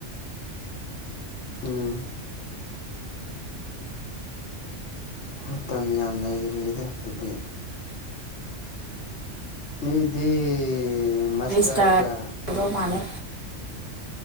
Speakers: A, on the left (about 70°); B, on the right (about 30°).
A: ꯎꯝ ꯃꯇꯝ ꯌꯥꯝ ꯂꯩꯔꯤꯗ ꯑꯗꯨꯗꯤ ꯃꯤꯗꯤ ꯃꯁꯇꯔꯒ
B: ꯁ꯭ꯇꯥꯔ ꯇꯧꯗꯧ ꯃꯥꯜꯂꯦ